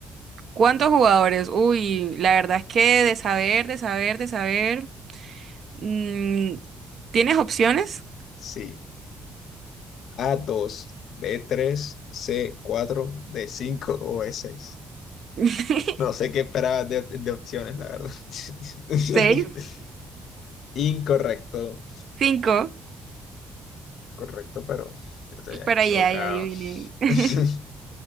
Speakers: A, on the right (about 60°); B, on the left (about 70°).
A: ¿Cuántos jugadores? Uy, la verdad es que de saber, de saber, de saber. mm, ¿tienes opciones?
B: Sí, a dos b tres c cuatro d cinco o e seis
A: <laughs>
B: No sé qué esperabas de, de opciones, la verdad. <laughs>
A: ¿Seis?
B: Incorrecto,
A: ¿Cinco?
B: correcto, pero yo te habías
A: Pero
B: equivocado.
A: ya, ya adiviné. <laughs>
B: <laughs>